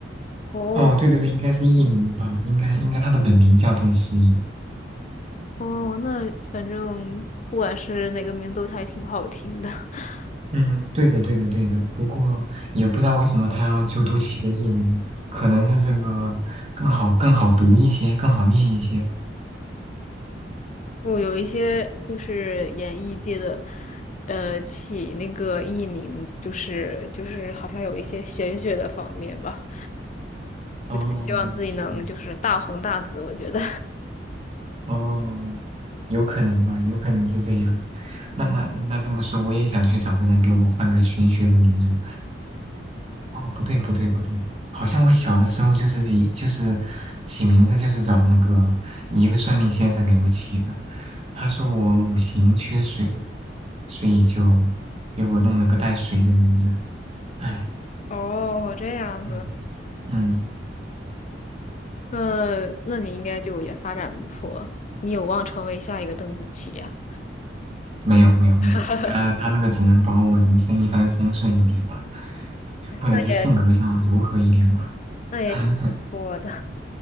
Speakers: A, on the left (about 40°); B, on the right (about 35°).
A: 哦。
B: 哦，对对对，应该是艺名吧，应该应该他的本名叫邓诗颖。
A: 哦，那反正不管是哪个名都还挺好听的。<laughs>
B: 嗯，对的，对的，对的。不过也不知道为什么他要就多起个艺名，可能是这个更好、更好读一些，更好念一些。
A: 我有一些就是演艺界的，
B: <laughs>
A: 呃，起那个艺名，就是就是好像有一些玄学的方面吧，
B: 哦，
A: 希望自己能就是大红大紫。
B: 是吗？
A: 我觉得，
B: 哦，有可能吧，有可能是这样。那那那这么说，我也想去找个人给我换个玄学的名字。哦，不对不对不对，好像我小的时候就是以就是起名字就是找那个一个算命先生给我起的，他说我五行缺水，所以就给我弄了个带水的名字。哎，
A: <laughs> 哦，这样子，
B: 嗯嗯，
A: 那那你应该就也发展不错，你有望成为下一个邓紫棋呀、
B: 没有没有没有，
A: 啊。
B: 他他那个只能保我人生一帆风顺一点吧，
A: <laughs>
B: 或者是性格上柔和一点吧。
A: 那也挺那也挺不错的。
B: <laughs>